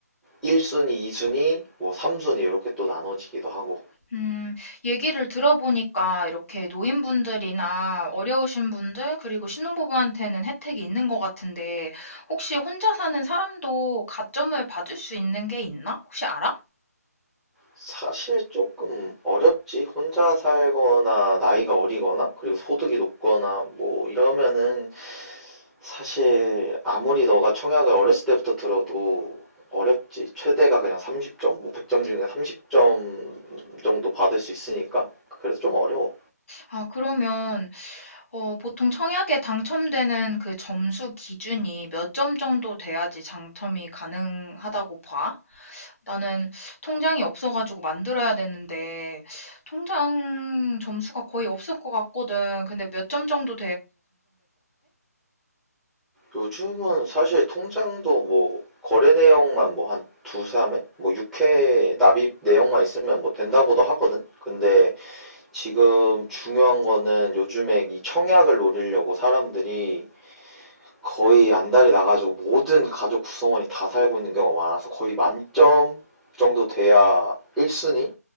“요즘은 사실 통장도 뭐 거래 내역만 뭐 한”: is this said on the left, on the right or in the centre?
Centre